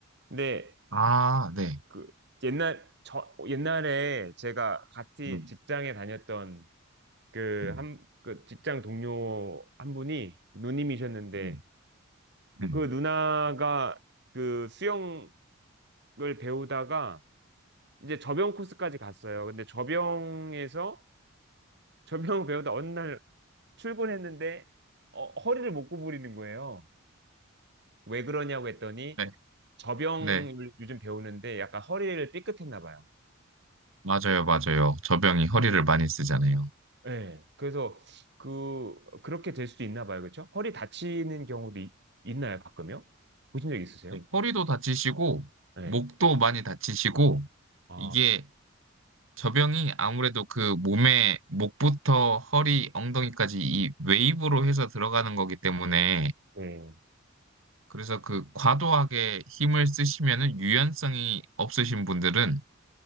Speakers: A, on the right; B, on the right.
A: 근데
B: 아, 네.
A: 그 옛날 저 옛날에 제가 같이
B: 음,
A: 직장에 다녔던 그
B: 음,
A: 한 그 직장 동료 한 분이 누님이셨는데
B: 음, 음.
A: 그 누나가 그 수영을 배우다가 이제 접영 코스까지 갔어요. 근데 접영에서 접영을 배우다 어느 날 출근했는데 어, 허리를 못 구부리는 거예요. 왜 그러냐고 했더니
B: 네,
A: 접영을
B: 네.
A: 요즘 배우는데 약간 허리를 삐끗했나 봐요.
B: 맞아요, 맞아요. 접영이 허리를 많이 쓰잖아요.
A: 예. 그래서 그 그렇게 될 수도 있나 봐요. 그렇죠? 허리 다치는 경우도 있, 나요 가끔요? 보신 적 있으세요?
B: 네. 허리도 다치시고,
A: 예.
B: 목도 많이 다치시고,
A: 아.
B: 이게 저병이 아무래도 그 몸에 목부터 허리, 엉덩이까지 이 웨이브로 해서 들어가는 거기 때문에,
A: 네.
B: 그래서 그 과도하게 힘을 쓰시면은 유연성이 없으신 분들은